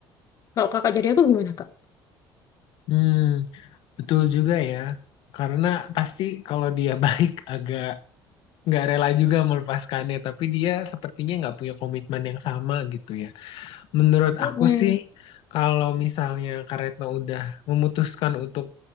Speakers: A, on the left; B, on the left.
A: Kalau Kakak jadi aku gimana Kak?
B: Hmm, betul juga ya. Karena pasti kalau dia <laughs> baik agak nggak rela juga melepaskannya, tapi dia sepertinya nggak punya komitmen yang sama gitu ya. Menurut
A: Mm-mm.
B: aku sih, kalau misalnya Kak Retno udah memutuskan untuk